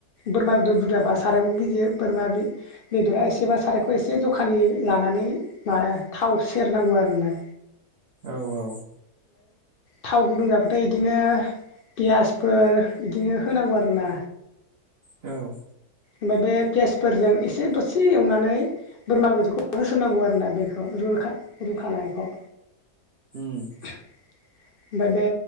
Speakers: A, on the left (about 60°); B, on the right (about 60°).
A: बोरमा बेदर बुरजाबा सारायखौ गिदिर बोरमा बेदरा एसेबा सारायखौ एसे जखानि लानानै माबा थाव सेरनांगौ आरो ना
B: औ औ
A: थाव गुदुं जाबाथाय इदिनो पियासफोर इदिनो होनांगौ आरोना
B: औ
A: ओमफाय बे पियासफोरजों एसे दसे एवनानै बोरमा बेदरखौ होसननांगौ आरो ना बेखौ रुखानायखौ
B: उम
A: <inaudible> ओमफाय बे